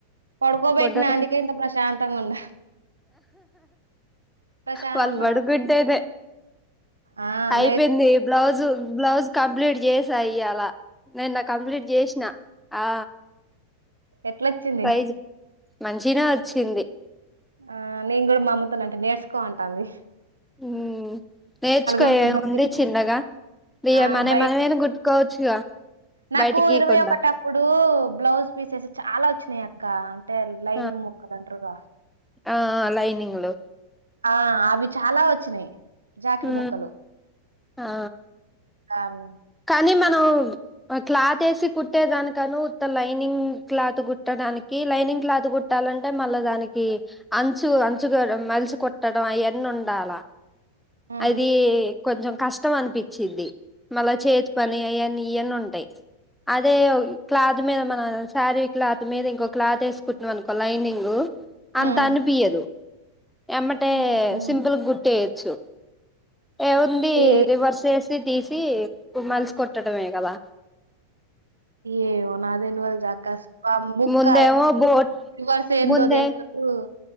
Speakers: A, on the right; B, in the centre.
A: పడుకోబెట్టినా
B: బుడ్డోడు
A: అందుకే ఇంత ప్రశాంతంగా ఉన్నా ప్రశాంతంగా
B: వాళ్ళు పడుకుంటేనే
A: ఆ
B: అయిపోయింది
A: లే
B: బ్లౌజు బ్లౌజ్ కంప్లీట్ జేస ఇయ్యాలా నిన్నకంప్లీట్ చేసిన ఆ
A: ఎట్లొచ్చింది
B: సైజు మంచినే వచ్చింది
A: ఆ నేను కూడా మామ్మతోనంటే నేర్చుకో అంటంది
B: ఉ నేర్చుకో
A: వందల
B: ఎం
A: బట్టకి
B: ఉంది చిన్నగా వి
A: ఆ
B: ఏ మనం మనయ్
A: బయటికి
B: మనం ఐన కుట్టుకోవచ్చుగా
A: నాకు
B: బయటికి గీయకుండా
A: ఇరవై ఒకటప్పుడు బ్లౌజ్ పీసేస్ చాలా వచ్చినాయి అక్ కా టే లైనింగ్
B: ఆ
A: ముక్కాలండ్రగా
B: ఆ లైనింగ్ లో
A: ఆ అవి చాలా వచ్చినాయి జాకెట్
B: ఉ
A: ముక్కలు
B: ఆ
A: ఆమ్
B: కానీ
A: అయి
B: మనం క్లాత్ వేసి కుట్టేదానికను ఉత్త లైనింగ్ క్లాత్ కుట్టడానికి లైనింగ్ క్లాత్ కుట్టాలంటే మళ్ళా దానికి అంచు అంచు గడ మలిచి కుట్టడం అయ్యన్నీ ఉండాల
A: హ్మ్
B: అది కొంచెం కష్టం అనిపించింది మళ్ళా చేతి పని ఆయన్ని ఇవన్నీ ఉంటాయి అదే క్లాత్ మీద మన శారీ క్లాత్ మీద ఇంకో క్లాత్ వేసి కుట్టినమానుకో అనుకో లైనింగ్
A: హ్మ్
B: అంతా అనిపియ్యదు ఎమ్మటే
A: హుహు
B: సింపుల్ గుటే చో ఏముంది
A: ఈ
B: రివర్స్ ఏసి తీసి మలుసు కొట్టడమే గదా
A: ఏయో నాక్ తెలువదు జాక్కస్ ముక్క
B: ముందేమో బోట్
A: ఇ వర్స ఎందో
B: ముందే
A: తెలువదు